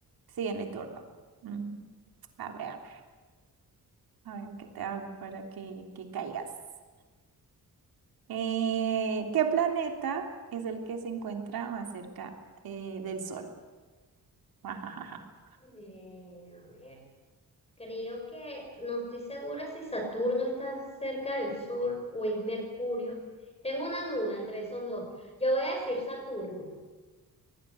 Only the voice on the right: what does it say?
sí en mi turno. Mm, A ver, a ver qué te hago para que, que caigas. Eh, ¿qué planeta es el que se encuentra más cerca eh, del Sol? <laughs>